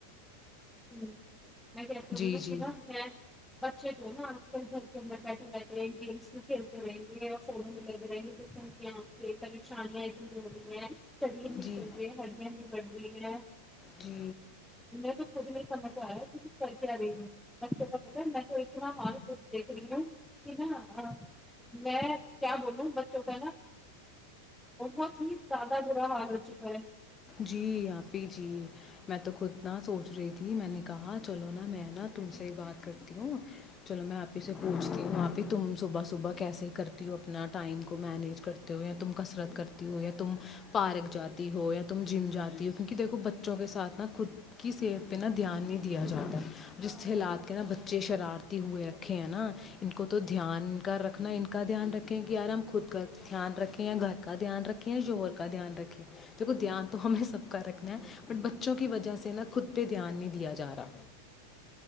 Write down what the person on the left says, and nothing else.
جی جی
جی
جی
جی آپ ہی جی میں تو خود نہ سوچ رہی تھی میں نے کہا چلو نا میں نا تم سے ہی بات کرتی ہوں چلو میں آپ ہی سے پوچھتی ہوں آپ ہی تم صبح صبح کیسے کرتی ہو اپنا ٹائم کو مینیج کرتے ہو یا تم کسرت کرتی ہو یا تم پارک جاتی ہو یا تم جم جاتی ہو کیونک دیکھ بچوں کے ساتھ نا خود کی صحت پہ نا دھیان نہیں دیا جاتا ہے جس حالات کے نا بچے شرارتی ہوئے رکھے ہیں نا ان کو تو دھیان کا رکھنا ان کا دھیان رکھیں کہ یار ہم خود کا دھیان رکھیں یا گھر کا دھیان رکھیں یا ہور کا دھیان رکھیں دیکھو دھیان تو ہمیں سب کا رکھنا ہے بٹ بچوں کی وجہ سے نا خود پہ دھیان نہیں دیا جا رہا